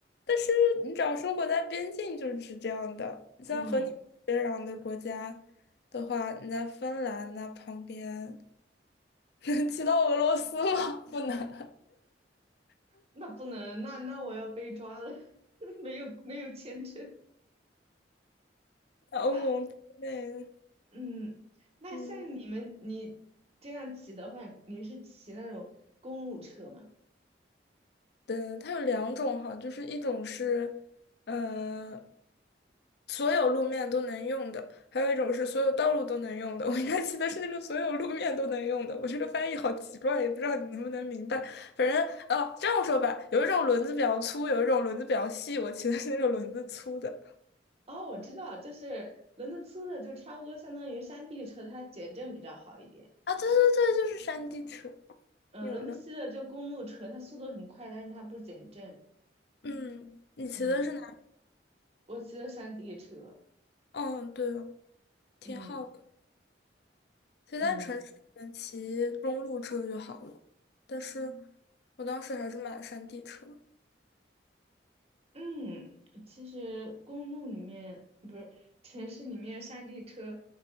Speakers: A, on the left; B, on the right.
A: 就你只要生活在边境，就是这样的。你像和你接壤的国家的话，
B: 嗯，
A: 你在芬兰那旁边 <laughs> 能骑到俄罗斯吗？<laughs> 不能，
B: 那不能，那那我要被抓了，<laughs> 没有没有签证。
A: 在欧盟之内，
B: 那嗯，那像你们你这样骑的话，
A: 嗯。
B: 你是骑那种公路车吗？
A: 对，它有两种哈，就是一种是，呃，所有路面都能用的，还有一种是所有道路都能用的。<laughs> 我应该骑的是那个所有路面都能用的。我这个翻译好奇怪，也不知道你能不能明白。反正哦，这样说吧，有一种轮子比较粗，有一种轮子比较细。我骑的是那种轮子粗的。
B: 哦，我知道，就是轮子粗的就差不多相当于山地车，它减震比较好一点。
A: 啊，对对对，就是山地车。
B: 嗯，
A: 有了，
B: 轮子细的就公路车，它速度很快，但是它不减震。
A: 嗯，你骑的是哪？
B: 嗯，我骑的山地车，
A: 嗯，对哦，挺好的。
B: 嗯
A: 其实在城市里面骑公路车就好了，
B: 嗯。
A: 但是我当时还是买了山地车。
B: 嗯，其实公路里面不是城市里面山地车，